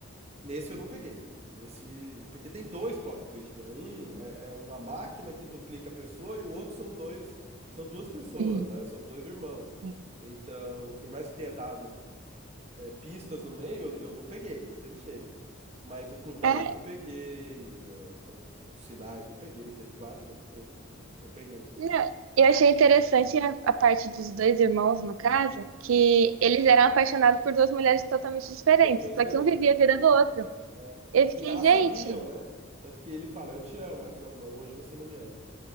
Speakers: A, on the right; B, on the right.
A: Nesse eu não peguei. Nesse, porque tem dois plot twists, né? Um é, é uma máquina que duplica a pessoa e o outro são dois, são duas pessoas,
B: Uhum,
A: né? São dois irmãos.
B: sim.
A: Então, por mais que tenha dado é, pistas no meio, eu, eu não peguei, não teve jeito. Mas o Clube da
B: É.
A: Luta eu peguei, é, então os sinais eu peguei, teve vários outros que eu, que eu peguei.
B: Não, Eu achei interessante a, a parte dos dois irmãos, no caso, que
A: Hum,
B: eles eram apaixonados por duas mulheres totalmente diferentes,
A: totalmente
B: só
A: diferente.
B: que um vivia a vida do outro.
A: é.
B: Eu fiquei,
A: E elas
B: gente,
A: sabiam, né? Tanto que ele fala, eu te amo. Ela fala, não, não, hoje você não me ama.